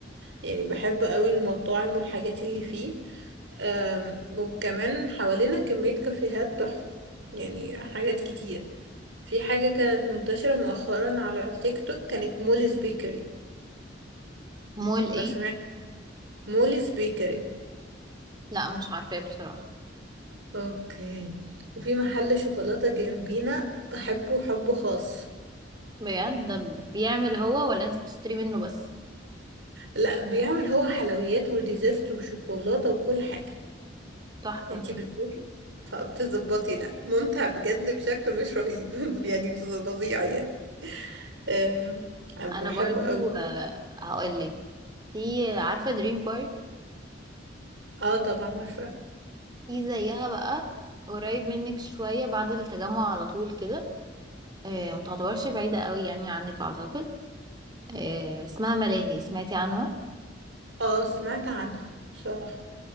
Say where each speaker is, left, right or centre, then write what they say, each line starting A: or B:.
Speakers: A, on the right; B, on the right.
A: يعني بحب قوي المطاعم والحاجات اللي فيه أم، وكمان حوالينا كمية كافيهات تحفة يعني حاجات كتير في حاجة كانت منتشرة مؤخرا على التيك توك كانت موليز بيكري
B: مول
A: لو
B: ايه
A: سمعت موليز بيكري
B: لا مش عارفة ايه بصراحة
A: اوكي وفي محل شوكولاتة جنبينا بحبه حب خاص
B: بجد ده بيعمل هو ولا انتي بتشتري منه بس
A: لا بيعمل هو حلويات وديزرت وشوكولاتة وكل حاجة
B: تحفة
A: انتي بتروحي فبتظبطي لا ممتع بجد بشكل مش رهيب <laughs> يعني فظيع يعني أم، أنا
B: انا
A: بحبه
B: برضو
A: قوي
B: هقول لك في عارفة دريم بارك
A: اه طبعا عارفة
B: في زيها بقى قريب منك شوية بعد التجمع على طول كده آه، ما تعتبرش بعيدة قوي يعني عنك اعتقد آه، اسمها ملاهي سمعتي عنها
A: اه سمعت عنها بصراحة